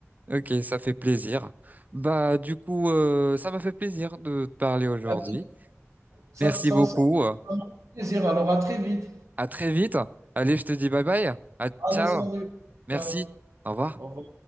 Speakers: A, on the right; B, on the right.
A: ok, ça fait plaisir. Bah, du coup, euh, ça m'a fait plaisir de te parler aujourd'hui.
B: Ah, Ça,
A: Merci
B: ça,
A: beaucoup.
B: ça, ça
A: euh,
B: m'a fait plaisir. Alors, à très vite.
A: À très vite. Allez, je te dis bye bye. À
B: Allez,
A: ciao.
B: salut.
A: Merci.
B: Ciao.
A: Au revoir.
B: Au revoir.